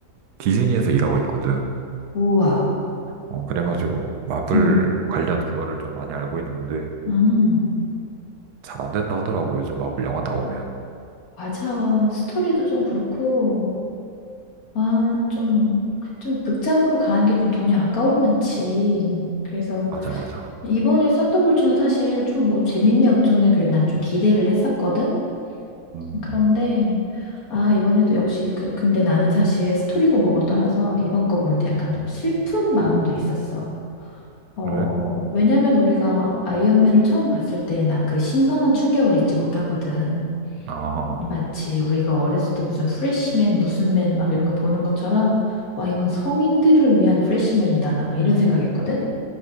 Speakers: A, on the right (about 85°); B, on the left (about 65°).
A: 디즈니에서 일하고 있거든.
B: 우와.
A: 어, 그래가지고 마블
B: 음.
A: 관련 그거를 좀 많이 알고 있는데
B: 음.
A: 잘 안 된다 하더라고. 요즘 마블 영화 나오면.
B: 맞아. 스토리도 좀 그렇고 아, 좀, 좀 극장으로 가는 게 좀 돈이 아까울 만치. 그래서
A: 맞아, 맞아.
B: 이번에 썬더볼츠는 사실 좀 뭐 재밌네 어쩌네 그래 난 좀 기대를 했었거든.
A: 음,
B: 그런데 아, 이번에도 역시 그, 근데 나는 사실 스토리고 뭐를 떠나서 이번 거 보는데 약간 좀 슬픈 마음도 있었어. 어,
A: 왜?
B: 왜냐면 우리가 아이언맨을 처음 봤을 때 나 그 신선한 충격을 잊지 못하거든.
A: 아,
B: 마치 우리가 어렸을 때 무슨 프레시맨 무슨 맨 막 이런 거 보는 것처럼 와 이건 성인들을 위한 프레시맨이다 나 막 이런 생각했거든.